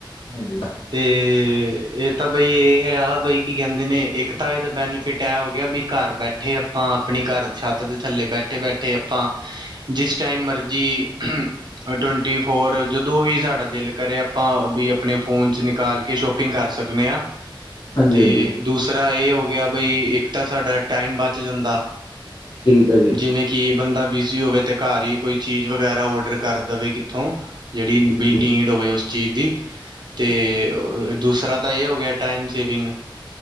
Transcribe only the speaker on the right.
ਇਹ ਤਾਂ ਬਈ ਏਹ ਹੈ, ਬਈ ਕੀ ਕਹਿੰਦੇ ਨੇ, ਇੱਕ ਤਾਂ ਏਹਦਾ ਬੈਨੀਫਿਟ ਐ ਹੋ ਗਿਆ ਬਈ। ਘਰ ਬੈਠੇ ਆਪਾਂ ਆਪਣੀ ਘਰ ਛੱਤ ਦੇ ਥੱਲੇ ਬੈਠੇ ਬੈਠੇ ਆਪਾਂ ਜਿਸ ਟਾਈਮ ਮਰਜੀ। ਜੀ। ਟਵੰਟੀ ਫੋਰ ਜਦੋਂ ਵੀ ਸਾਡਾ ਦਿਲ ਕਰੇ ਆਪਾਂ ਵੀ ਅਪਣੇ ਫੋਨ ਚ ਨਿਕਾਲ। ਕੇ ਸ਼ੋਪਿੰਗ ਕਰ ਸਕਨੇ ਆ।
ਤੇ
ਦੂਸਰਾ ਇਹ ਹੋ ਗਿਆ ਬਈ ਇਕ ਤਾਂ ਸਾਡਾ ਟਾਈਮ ਬਚ ਜਾਂਦਾ।
ਜਿਵੇਂ ਕਿ ਬੰਦਾ ਬਿਜ਼ੀ ਹੋਵੇ ਤੇ ਘਰ ਹੀ ਕੋਈ। ਚੀਜ਼ ਵਗੈਰਾ ਓਡਰ ਕਰ ਦੇਵੇ ਕਿੱਥੋਂ ਜੇਹੜੀ
ਵੀ ਨੀਡ ਹੋਵੇ ਉਸ ਚੀਜ਼ ਦੀ। ਤੇ
ਦੂਸਰਾ ਤਾਂ ਏਹ ਹੋ ਗਿਆ ਟਾਈਮ ਸੇਵਿੰਗ